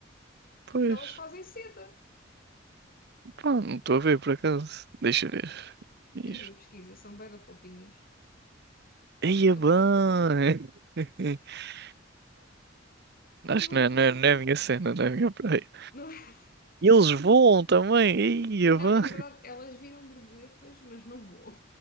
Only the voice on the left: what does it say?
E elas fazem seda.
E aí a pesquisa, são bem da fofinhas.
Eu
pelo menos.
E o
ano
passado.
Não é?
Não,
na verdade, elas viram borboletas, mas não voam.